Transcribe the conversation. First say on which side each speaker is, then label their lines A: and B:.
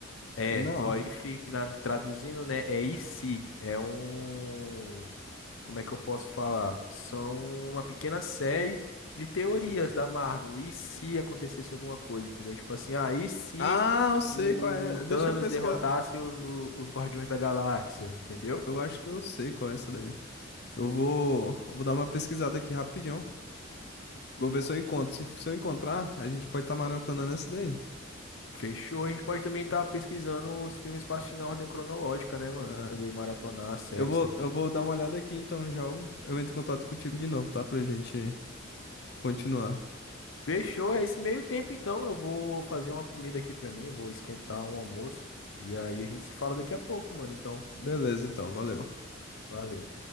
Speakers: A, on the left; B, on the left.
A: É,
B: Não.
A: o What If, que na, traduzindo, né? É E se. É um. como é que eu posso falar? São uma pequena série de teorias da Marvel. E se acontecesse alguma coisa, entendeu? Tipo assim, ah, e se
B: Ah, eu sei
A: o
B: qual é. Deixa
A: Thanos
B: eu pesquisar.
A: derrotasse o- o- os Guardiões da Galáxia, entendeu?
B: Eu acho que eu sei qual é essa daí. Eu vou, eu vou dar uma pesquisada aqui rapidão. Vou ver se eu encontro. Se, se eu encontrar, a gente pode estar maratonando essa daí.
A: Fechou. A gente pode também estar pesquisando os filmes para assistir na ordem cronológica, né, mano?
B: Ah,
A: Pra poder maratonar a série
B: eu vou,
A: certinho.
B: eu vou dar uma olhada aqui, então já eu, eu entro em contato contigo de novo, tá? Pra gente continuar.
A: Fechou. É esse meio tempo, então. Eu vou fazer uma comida aqui pra mim, vou esquentar um almoço. E aí a gente se fala daqui a pouco, mano. Então,
B: Beleza, então, valeu.
A: valeu.